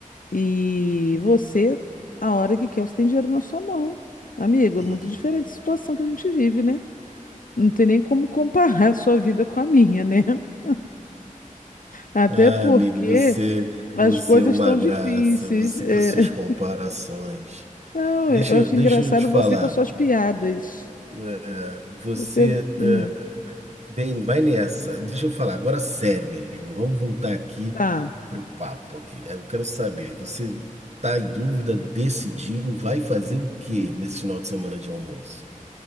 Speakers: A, on the left (about 75°); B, on the right (about 55°).
A: e você, a hora que quer, você tem dinheiro na sua mão. Amigo,
B: Uhum.
A: é muito diferente a situação que a gente vive, né? Não tem nem como comparar a sua vida com a minha, né? <laughs> Até
B: Ah,
A: porque
B: amiga, você,
A: as
B: você
A: coisas
B: é uma
A: estão
B: graça,
A: difíceis.
B: você
A: é.
B: com as suas
A: <laughs>
B: comparações.
A: Não,
B: Deixa,
A: eu acho
B: deixa
A: engraçado
B: eu te falar.
A: você com as suas piadas.
B: É, você
A: Você, hum,
B: é, Vem, vai nessa. Deixa eu falar agora sério mesmo. Vamos voltar aqui
A: tá.
B: pro papo aqui. Eu quero saber, você tá em dúvida, decidiu, vai fazer o que nesse final de semana de almoço?